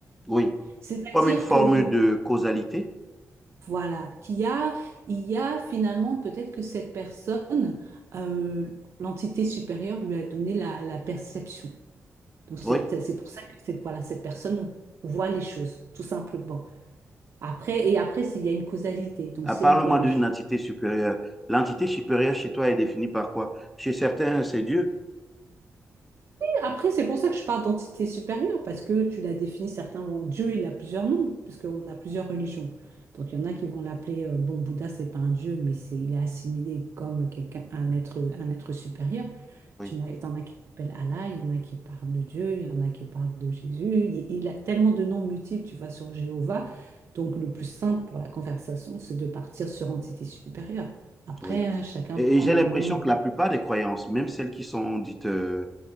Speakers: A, in the centre; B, on the right (about 50°).
A: Oui,
B: C'est-à-dire
A: comme une forme
B: que il-
A: de causalité,
B: voilà, qu'il y a, il y a finalement peut-être que cette personne, euh, l'entité supérieure lui a donné la, la perception. Donc c'est
A: oui.
B: c'est pour ça que cette voilà cette personne voit les choses tout simplement. Après et après s'il y a une causalité. Donc
A: À
B: si
A: parle-moi
B: elle voit les
A: d'une
B: choses.
A: entité supérieure. L'entité supérieure chez toi est définie par quoi Chez certains, c'est Dieu.
B: Après, c'est pour ça que je parle d'entité supérieure, parce que tu l'as défini, certains vont... Dieu, il a plusieurs noms, puisqu'on a plusieurs religions. Donc, il y en a qui vont l'appeler, euh, bon, Bouddha, c'est pas un dieu, mais c'est, il est assimilé comme quelqu'un, un être, un être supérieur.
A: Oui,
B: Tu en as t'en as qui l'appellent Allah, il y en a qui parlent de Dieu, il y en a qui parlent de Jésus. Il, il a tellement de noms multiples, tu vas sur Jéhovah. Donc, le plus simple pour la conversation, c'est de partir sur entité supérieure. Après,
A: oui.
B: euh, chacun
A: Et,
B: prend
A: et j'ai
B: le
A: l'impression
B: nom de...
A: que la plupart des croyances, même celles qui sont dites euh,